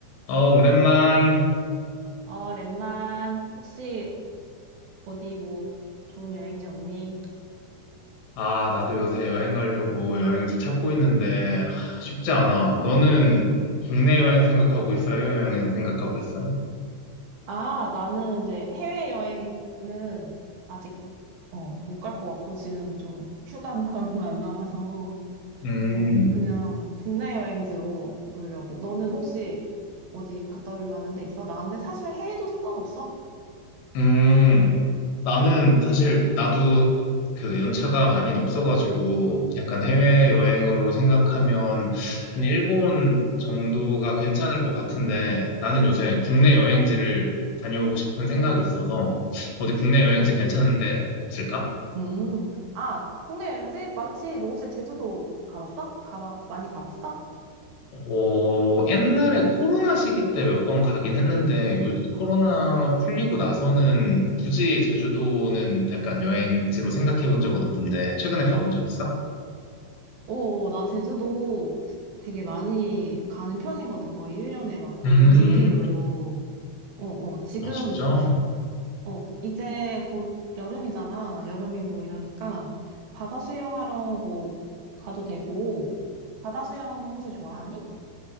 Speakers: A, on the left; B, on the right.
A: 어, 오랜만.
B: 어, 랩만, 혹시 어디 뭐 좋은 여행지 없니?
A: 아, 나도 요새 여행 가려고 여행지 찾고 있는데, 하, 쉽지 않아. 너는 국내 여행 생각하고 있어? 해외 여행 생각하고 있어?
B: 아, 나는 이제 해외여행은 아직 어, 못 갈 것 같고 지금 좀 휴가가 <laughs> 얼마 안 남아서
A: 음,
B: 어, 그냥 국내 여행지로 보려고. 너는 혹시 어디 갔다 올 만한 데 있어? 나 근데 사실 해외도 상관없어.
A: 음. 나는 사실, 나도 그 연차가 많이 없어가지고, 약간 해외 여행으로 생각하면 한 일본 정도가 괜찮을 것 같은데, 나는 요새 국내 여행지를 다녀오고 싶은 생각이 있어서, 어디 국내 여행지
B: 응.
A: 괜찮은데 없을까?
B: 음. 아, 국내 여행지 많지. 너 혹시 제주도 가봤어? 가봐 많이 가봤어?
A: 어, 옛날에 코로나 시기 때 몇 번 가긴 했는데, 요, 코로나 풀리고 나서는 굳이 제주도는 약간 여행지로 생각해 본 적은 없는데, 최근에 가본 적 있어?
B: 어, 나 제주도 되게 많이 가는 편이거든. 거의 1년에 막 거의
A: 음,
B: 분기별로. 어, 어, 지금,
A: 아, 진짜? 어,
B: 어, 이제 곧 여름이잖아. 여름이고 이러니까 바다 수영하러 뭐 가도 되고. 바다 수영 혹시 좋아하니?